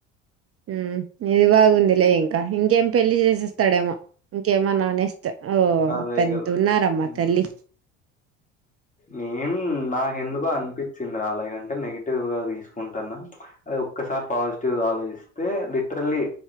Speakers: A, on the right; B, on the left.
A: హ్మ్ ఇది బాగుందిలే ఇంకా ఇంకేం పెళ్లి చేస్ జ్యూస్తాడేమో ఇంకేమో నానేస్త్ ఆ ఓ
B: అదే
A: పెద్ద
B: గదా!
A: ఉన్నారమ్మా
B: హ్మ్.
A: తల్లి
B: నేను నాకెందుకొ అన్పించింది అలాగన్టే నెగిటివ్ గా తీసుకుంటన్నా అది ఒక్కసారి పాజిటివ్గా ఆలోచిస్తే లిటరలీ